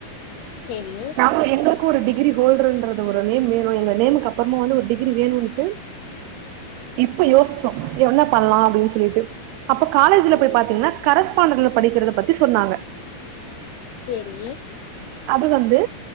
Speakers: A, on the left (about 75°); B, on the right (about 85°).
A: செரி
B: நாங்களு எங்களுக்கு ஒரு டிகிரி ஹோல்டர்ன்றது ஒரு நேம் வேணும் எ நேமுக்கு அப்பறமா வந்து ஒரு டிகிரி வேணு இப்ப யோசிச்ச என்ன பண்ணலா அப்டின் சொல்லிட்டு அப்போ காலேஜ்ல
A: சேரி
B: போய் பாத்தீங்கன்னா கரஸ் பாண்டல படிக்கிறத பத்தி சொன்னாங்க
A: செரி
B: அது வந்து